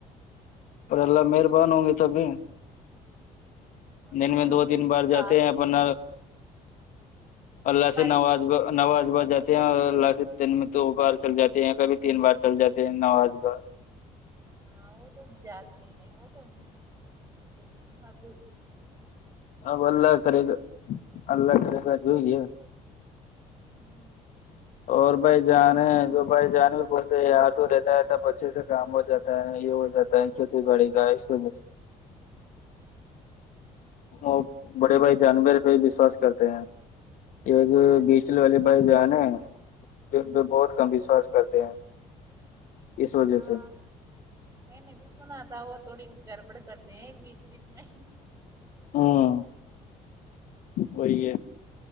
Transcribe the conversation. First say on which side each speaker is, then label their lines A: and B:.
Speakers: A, on the left; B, on the right.
A: پر اللہ مہربان ہوں گی تبھی
B: ہوتے
A: دن
B: ہیں
A: میں
B: ہم
A: دو
B: کسی
A: تین بار
B: کے
A: جاتے
B: پاس
A: ہیں اپن اللہ
B: ہمارے
A: سے نوازہ نواز بہ جاتے ہیں اور اللہ سے دن میں دو بار چل جاتے ہیں کبھی تین بار چل جاتے ہیں نواز بار
B: ہاں وہ تو جاتے ہیں وہ تو نہیں لیکن سب
A: آ اللہ کرے گا اللہ کرے گا جوئیے
B: ہوں
A: اور بھائی جان ہے تو بھائی جان بھی بولتے ہیں یہاں تو رہتا ہے تب اچھے سے کام ہو جاتا ہے یہ ہو جاتا ہے کھیتی بڑے گا اس میں میں سے ا بڑے بھائی جان میرے پہ وشواس کرتے ہیں ایک
B: پتا
A: بیچ والے بھائی جان ہے میرے
B: ہ
A: پہ بہت کم وشواس کرتے ہیں اس وجہ
B: ہاں
A: سے
B: میں نے بھی سنا تھا وہ تھوڑی گڑبڑ کرتے ہیں بیچ بیچ میں
A: ہاں وہی ہے